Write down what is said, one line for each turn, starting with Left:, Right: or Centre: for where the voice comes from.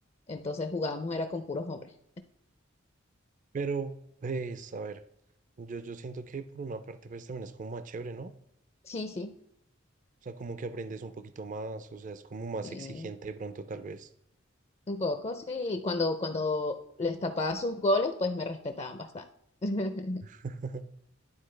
Left: Entonces jugábamos era con puros hombres.
Right: pero pues a ver. Yo, yo siento que por una parte pues también es como más chévere, ¿no? O
Left: Sí, sí.
Right: sea, como que aprendes un poquito más, o sea, es como más
Left: sí.
Right: exigente de pronto tal vez.
Left: Un poco, sí. Cuando, cuando les tapaba sus goles, pues me respetaban bastante. <laughs>
Right: <laughs>